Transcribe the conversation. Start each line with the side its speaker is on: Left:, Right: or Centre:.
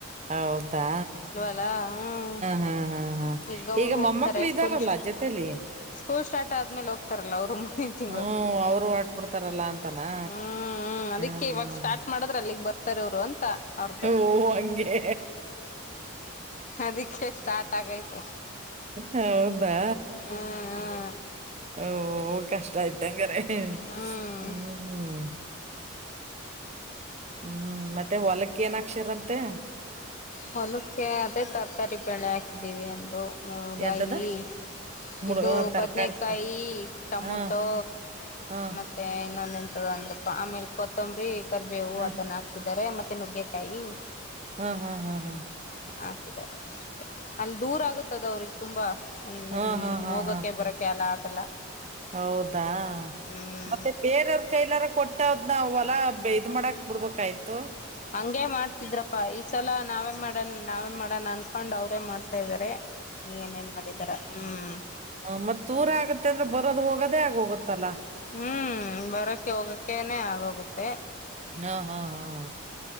Right: ಹೌದಾ
Left: ಲ್ಲ ಹ್ಮ್
Right: ಹಾ ಹಾ ಹಾ
Left: ಈಗ ಅವರು ಹೋಗ್ತಾರೆ
Right: ಮೊಮ್ಮಕ್ಳು ಇದ್ದಾರಲ್ಲ
Left: ಸ್ಕೂಲ್ ಷ್ಟು
Right: ಜೊತೆಲಿ
Left: ಸ್ಕೂಲ್ ಸ್ಟಾರ್ಟ್ ಆದ್ಮೇಲೆ ಹೋಗ್ತಾರಲ್ಲ ಅವರು ಮುಂದಿನ ತಿಂಗಳು
Right: ಹ್ಮ್ ಅವರು ಆಡ್ಬಿಡ್ತಾರಲ್ಲ ಅಂತನಾ
Left: ಹ್ಮ್ ಹ್ಮ್ ಅದಿಕ್ಕೆ
Right: ಹ್ಮ್
Left: ಇವಾಗ ಸ್ಟಾರ್ಟ್ ಮಾಡದ್ರೆ ಅಲ್ಲಿಗ್ ಬರ್ತಾರ ಅವರು ಅಂತ ಅವ್ರ್ದು
Right: ಓ ಅಂಗೆ
Left: ಅದಕ್ಕೆ ಸ್ಟಾರ್ಟ್ ಆಗೈತೆ
Right: ಹೌದಾ
Left: ಹ್ಮ್
Right: ಓ ಕಷ್ಟ ಆಯ್ತಂಗರ
Left: ಹ್ಮ್
Right: ಹ್ಮ್ ಹ್ಮ್ ಮತ್ತೆ ಹೊಲಕ್ಕ ಏನಕ್ಷರಂತೆ
Left: ಹೋಲಕ್ಕೆ ಅದೇ ತರಕಾರಿ ಬೆೇಳೆ ಹಾಕಿದೀವಿ ಅಂದರು ಮುಳ್ಗಾಯಿ
Right: ಎಂತದ ಮುಡ
Left: ಇದು
Right: ತರಕಾರಿ
Left: ಬದನಕಾಯಿ ಟೊಮೊಟೊ
Right: ಹಾ ಹಾ
Left: ಮತ್ತ ಮತ್ತ ಇನ್ನೊಂದ ಎಂತದ ಅಂದ್ರಪ್ಪ ಆಮೇಲೆ ಕೊತ್ತಂಬರಿ ಕರಿಬೇವು
Right: ಹಾ
Left: ಅದನ್ನ ಹಾಕಿದ್ದಾರೆ ಮತ್ತೆ ನುಗ್ಗೆಕಾಯಿ
Right: ಹ್ಮ್ ಹ್ಮ್ ಹ್ಮ್ ಹ್ಮ್
Left: ಹಾಕಿದ್ದಾರೆ ಅಷ್ಟೆ ಅಲ್ಲಿ ದೂರ ಆಗುತ್ತದ ಅವ್ರಿಗೆ ತುಂಬಾ ಹ್ಮ
Right: ಹಾ ಹಾ ಹಾ
Left: ಹೋಗಕ್ಕೆ
Right: ಹಾ
Left: ಬರಕ್ಕೆ ಲ್ಲ ಆಗಲ್ಲ
Right: ಹೌದಾ
Left: ಹ್ಮ್
Right: ಮತ್ತೆ ಬೇರವ್ರ ಕೈಲಾರ ಕೊಟ್ಟದ್ ಅದ ಹೊಲ ಇದ್ ಮಾಡಕ್ ಬಿಡ್ಬೇಕಯ್ತು
Left: ಹಂಗೆ ಮಾಡ್ತಿದ್ರಪ್ಪಾ ಈ ಸಲ ನಾವೇ ಮಾಡಣ ನಾವೇ ಮಾಡಣ ಅನ್ಕೊಂಡ್ ಅವ್ರೇ ಮಾಡ್ತಾ ಇದ್ದಾರೆ ಏನೇನ್ ಮಾಡಿದಾರ ಹ್ಮ್..
Right: ಹ ಮತ್ತ್ ದೂರ ಆಗತ್ತ ಅಂದ್ರ ಬರೋದ ಹೋಗೋದೇ ಆಗೋಗುತ್ತಲ್ಲ.
Left: ಹ್ಮ್ ಬರಕ್ಕೆ ಹೋಗಕ್ಕನೆ ಆಗೋಗುತ್ತೆ.
Right: ಹ್ಮ ಹಾ ಹ್ಮ್